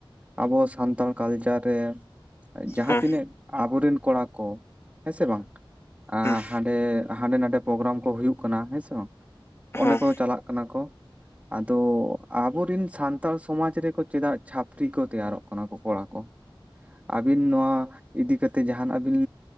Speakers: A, on the right; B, on the left.
A: ᱟᱵᱚ ᱥᱟᱱᱛᱟᱲ ᱠᱟᱞᱪᱟᱨ ᱨᱮ ᱡᱟᱦᱟᱸ
B: ᱦᱚᱸ
A: ᱛᱤᱱᱟᱹᱜ ᱟᱵᱚᱨᱮᱱ ᱠᱚᱲᱟ ᱠᱚ ᱦᱮᱸ ᱥᱮ ᱵᱟᱝ? ᱟ
B: ᱦᱩᱸ
A: ᱦᱟᱸᱰᱮ ᱦᱟᱸᱰᱮ ᱱᱟᱰᱮ ᱯᱨᱳᱜᱨᱟᱢ ᱠᱚ ᱦᱩᱭᱩᱜ ᱠᱟᱱᱟ᱾ ᱦᱮᱸ ᱥᱮ ᱵᱟᱝ?
B: ᱦᱚᱸ
A: ᱚᱸᱰᱮ ᱠᱚ ᱪᱟᱞᱟᱜ ᱠᱟᱱᱟ ᱠᱚ᱾ ᱟᱫᱚ ᱟᱵᱚᱨᱮᱱ ᱥᱟᱱᱛᱟᱲ ᱥᱚᱢᱟᱡᱽ ᱨᱮᱠᱚ ᱪᱮᱫᱟᱜ ᱪᱷᱟᱹᱯᱨᱤ ᱠᱚ ᱛᱮᱭᱟᱨᱚᱜ ᱠᱟᱱᱟ ᱠᱚ ᱠᱚᱲᱟ ᱠᱚ᱾ ᱟᱹᱵᱤᱱ ᱱᱚᱣᱟ ᱤᱫᱤ ᱠᱟᱛᱮ ᱡᱟᱦᱱᱟᱜ ᱵᱤᱱ